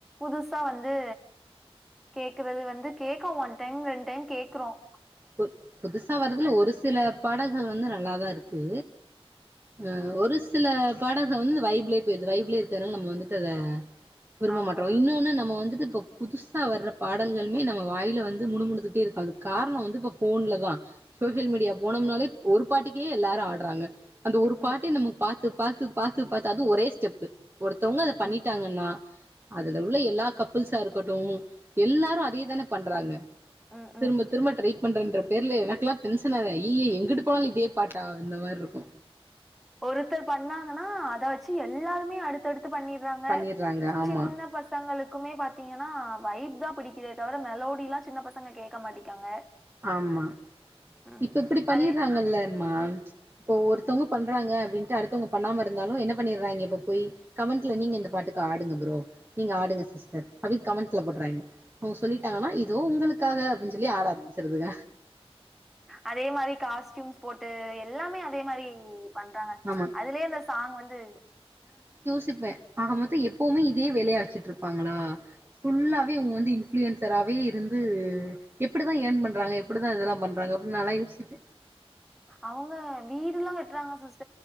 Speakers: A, in the centre; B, on the right.
A: புதுசா வந்து கேக்குறது வந்து கேக்கும் ஒன் டைம் ரெண்ட் டைம் கேக்குறோம்
B: புது புதுசா வர்றதுல ஒரு சில பாடல்கள் வந்து நல்லாதான் இரு கு ம் ஒரு சில படசம் வந்து வைப்லே போய்டுது வைப்லே இருக்கறது நால நம்ம வந்துட்டு அத விரும்ப
A: ஆமா
B: மாட்றோ இன்னொன்னு நம்ம வந்து ந்து இப்ப புதுசா வர்ற பாடல்கள்மே நம்ம வாயில வந்து முனுமுனுத்துட்டே இருக்கு அதுக்கு காரண வந்து இப்ப ஃபோன்ல தா சோசியல் மீடியா போனம் நாலே ஒரு பாட்டுக்கே எல்லாரு ஆட்றாங்க அந்த ஒரு பாட்டே
A: ம் ம்
B: நம்ம பாத்தது பாத்து பாத்து பாத்து அது ஒரே ஸ்டெப்பு ஒருத்தவ்ங்க அத பண்ணிட்டாங்கன்னா
A: ம்
B: அதுல உள்ள எல்லா கப்புள்ஸா இருக்கட்டு எல்லாரு அதே தானே பண்றாங்க
A: ம் ம்
B: திரும்ப
A: ம்
B: திரும்ப ட்ரைப் ன்ற பேர்ல எனக்குலா டென்சன் அய்யய்ய எங்குட்டு போனாலு இதே பாட்டா அந்த மார் இருக்கு
A: ஒருத்தர் பண்ணாங்கனா அத வச்சு எல்லாருமே அடுத்தடுத் து பண்ணிற்றாங்க
B: பண்ணிடுறாங்க ஆமா
A: சின்ன பசங்களுக் க்குமே பாத்தீங்கனா வைப் தா பிடிக்குதே தவர மெலோடிலா சின்ன பசங்க கேக்க மாட்டிக்காங்க
B: ஆமா
A: ம்
B: இப்ப இப்டி பண்ணிற்றாங்கல்ல
A: அதே
B: மா இப்போ ஒரு த்தவ்ங்க பண்றாங்க அப்டின்ட்டு அடுத்தவ்ங்க பண்ணாம இருந்தாலு என்ன பண்ணிற்றாங்கெ இப்ப போய் கமெண்ட்ல நீங்க இந்த பாட்டுக்கு ஆடுங்க ப்ரோ நீங்க ஆடுங்க சிஸ்டர் அப்டின்னு கமெண்ட்ல போட்றாங்க அவ்ங்க சொல்லிட்டாங்கனா இதோ உங்களுக்காக அப்டின்னு சொல்லி ஆட ஆரம்மிச் தெடுதுக
A: அதே மாரி காஸ்ட்யூம்ஸ் போட்டு எல்லாமே அதே மாரி பண்றாங்க
B: ஆமா
A: அதுலே இந்த சாங் வந்து
B: சிப்பே ஆக மொத்தோ எப்போமே இதே வேலயா வச்சுட்ருப்பாங்களா ஃபுல்லாவே இவ்ங்க வந்து இன்ஃப்ளுயன்சராவே இருந்து எப்டிதா ஏர்ன் பண்றாங்க எப்டிதா இதெல்லா பண்றாங்க அப்டின் நாலா யோசிப்பே
A: அவ்ங்க வீடுலா கட்றாங்க சிஸ்